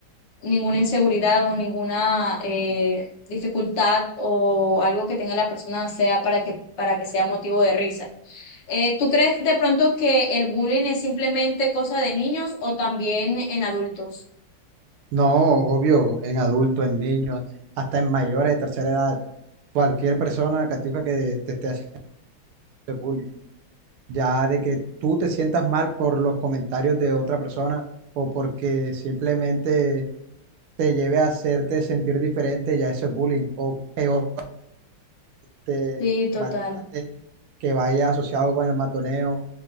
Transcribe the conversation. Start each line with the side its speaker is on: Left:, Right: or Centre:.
Left: ninguna inseguridad o ninguna eh, dificultad o algo que tenga la persona sea para que, para que sea motivo de risa. Eh, ¿tú crees de pronto que el bullying es simplemente cosa de niños o también en adultos?
Right: No, obvio, en adultos, en niños, hasta en mayores de tercera edad, cualquier persona, Catiuca, que te esté haciendo bullying, ya de que tú te sientas mal por los comentarios de otra persona o porque simplemente te lleve a hacerte sentir diferente, ya eso es bullying, o peor te
Left: Sí, total.
Right: maltraten, que vaya asociado con el matoneo,